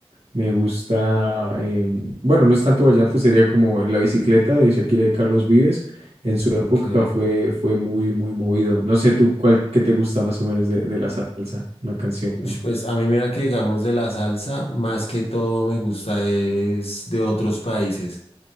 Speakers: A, on the right; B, on the left.
A: me gusta, em, bueno, no es tanto vallenato, sería como la bicicleta de Shakira y Carlos Vives. En su
B: Ok.
A: época fue, fue muy, muy movido. No sé tú cuál que te gusta más o menos de, de la salsa, una canción.
B: Ush, Pues a mí mira que digamos de la salsa, más que todo me gusta es de otros países.